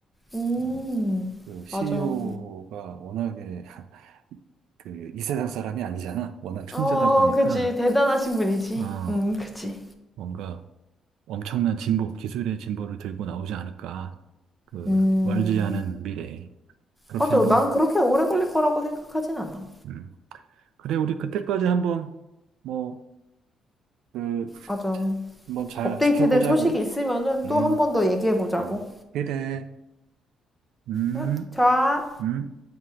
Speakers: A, in the centre; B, on the right.
A: 음,
B: 어, 그 CEO가
A: 맞아.
B: 워낙에 <laughs> 그 이 세상 사람이 아니잖아. 워낙 천재다
A: 어,
B: 보니까
A: 그치. 대단하신 분이지.
B: 어,
A: 음, 그치.
B: 뭔가 엄청난 진보, 기술의 진보를 들고 나오지 않을까. 그
A: 음,
B: 멀지 않은 미래에. 그렇게
A: 맞아.
B: 한번
A: 난 그렇게 오래 걸릴 거라고 생각하진 않아.
B: 음, 그래, 우리 그때까지 한번, 뭐, 그,
A: 맞아.
B: 한번 잘
A: 업데이트된
B: 지켜보자고.
A: 소식이 있으면은
B: 음,
A: 또 한 번 더 얘기해 보자고.
B: 어. 그래. 음,
A: 응? 좋아.
B: 음.